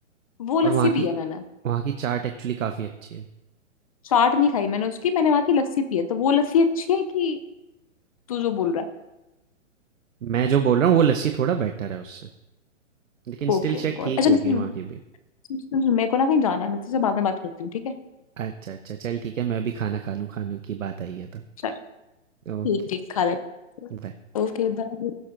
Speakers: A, on the left; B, on the right.
A: वो
B: और
A: लस्सी
B: वहाँ की
A: पी है मैंने
B: वहाँ की चाट एक्चुअली काफ़ी अच्छी है।
A: चाट नहीं खाई मैंने उसकी मैंने वहां की लस्सी पी है तो वो लस्सी अच्छी है कि तू जो बोल रहा है
B: मैं जो बोल रहा हूँ वो लस्सी थोड़ा बेटर है उससे, लेकिन स्टिल
A: ओके
B: शायद
A: गॉड
B: ठीक
A: अच्छा
B: होगी
A: सुन
B: वहाँ की भी।
A: सुन सुन सुन, मेरे को ना कहीं जाना है मैं तुझसे बाद में बात करती हूँ ठीक है
B: अच्छा, अच्छा। चल ठीक है, मैं भी खाना खा लूँ, खाने की बात आई है तो।
A: चल
B: Okay,
A: ठीक ठीक खा ले
B: bye.
A: Okay bye